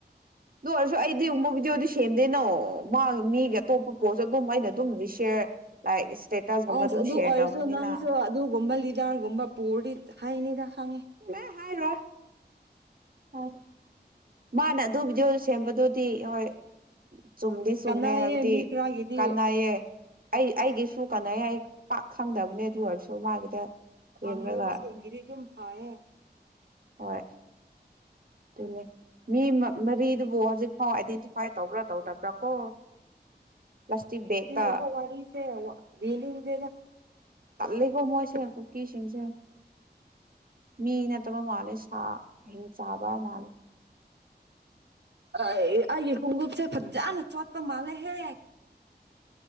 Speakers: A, on the right; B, on the right.
A: ꯑꯗꯨ ꯑꯣꯏꯔꯁꯨ ꯑꯩꯗꯤꯕ ꯚꯤꯗꯤꯑꯣꯗꯤ ꯁꯦꯝꯗꯦꯅꯣ ꯃꯥꯒꯤ ꯃꯤꯒꯤ ꯑꯇꯣꯞꯄ ꯄꯣꯠ ꯑꯗꯨꯝ ꯑꯩꯅ ꯑꯗꯨꯝ ꯔ ꯂꯥꯏꯛ ꯏꯁꯇꯦꯇꯁꯒꯨꯝꯕ
B: ꯑꯁ
A: ꯑꯗꯨꯝ
B: ꯑꯗꯨ
A: ꯁꯤꯌꯔ
B: ꯑꯣꯏꯔꯁꯨ
A: ꯇꯧꯕꯅꯤꯅ
B: ꯅꯪꯁꯨ ꯑꯗꯨꯒꯨꯝꯕ ꯂꯤꯗꯔꯒꯨꯝꯕ ꯄꯨꯔꯤ ꯍꯥꯏꯅꯤꯗ ꯈꯪꯉꯦ
A: ꯑꯦ ꯍꯥꯏꯥꯏ ꯔ ꯍ ꯃꯥꯅ ꯑꯗꯨꯕꯨꯗꯨꯣ ꯁꯦꯝꯕꯗꯣ ꯁꯤꯤ ꯍꯣꯏ ꯆꯨꯝꯗꯤ ꯆꯨꯝꯃꯦ
B: ꯀꯅꯥꯏꯌꯦ
A: ꯍꯥꯏꯕꯗꯤ
B: ꯃꯤ ꯈꯔꯒꯤꯗꯤ
A: ꯀꯥꯟꯅꯩꯌꯦ ꯑꯩ ꯑꯩꯒꯤꯁꯨ ꯀꯟꯅ ꯌꯥꯏ ꯄꯥꯛ ꯈꯪꯗꯕꯅꯦ ꯑꯗꯨ ꯑꯣꯏꯔꯁꯨ ꯃꯥꯒꯤꯗ
B: ꯐꯪꯗꯕ
A: ꯌꯦꯡꯂꯒ
B: ꯁꯦꯡꯒꯤꯗꯤ ꯑꯗꯨꯝ ꯍꯥꯏꯌꯦ
A: ꯍꯣꯏ ꯑꯗꯨꯅꯦ ꯃꯤ ꯃꯔꯤꯗꯨꯕꯨ ꯍꯧꯖꯤꯛꯐꯥꯎ ꯑꯥꯏꯗꯦꯟꯇꯤꯐꯥꯏ ꯇꯧꯕ꯭ꯔꯥ ꯇꯧꯗꯕ꯭ꯔꯥ ꯀꯣ ꯄ꯭ꯂꯥꯁꯇꯤꯛ ꯕꯦꯒꯇ
B: ꯐ ꯋꯥꯔꯤ ꯂꯒꯦꯗ
A: ꯇꯜꯂꯀꯣ ꯃꯣꯏꯁꯦ ꯀꯨꯀꯤꯁꯤꯡꯁꯦ ꯃꯤ ꯅꯠꯇꯕ ꯃꯥꯜꯂꯦ ꯁꯥ ꯍꯦꯛ ꯆꯥꯕ ꯃꯥꯜꯂꯦ
B: ꯑ ꯑ ꯀꯨꯀꯨꯨꯞꯁꯦ ꯐꯖꯥꯅ ꯆꯣꯠꯄ ꯃꯥꯂꯦ ꯍꯦ